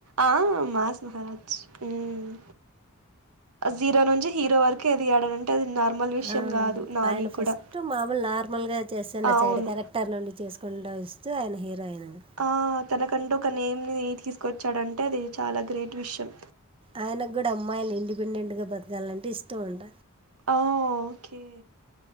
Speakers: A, on the right; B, on the right.
A: ఆ మాస్ మహారాజ్ ఉమ్ జీరో నుంచి హీరో వరకు ఎదిగాడు అని అంటే అది నార్మల్ విషయం
B: ఆ
A: కాదు నాని
B: ఆయన ఫస్ట్
A: కూడా
B: మామూలు నార్మల్ గా చేస్తుండ
A: అవును
B: సైడ్ క్యారెక్టర్ నుండి చేసుకుండా వస్ స్తే ఆయన హీరో అయినాడు
A: ఆ తనకంటూ ఒక నేమ్ ని తీసుకొచ్చాడంటే అది చాలా గ్రేట్ విషయం
B: ఆయనకు కూడా అమ్మాయిలు ఇండిపెండెంట్ గా బతకాలంటే ఇష్టం అంట
A: ఓ ఓకే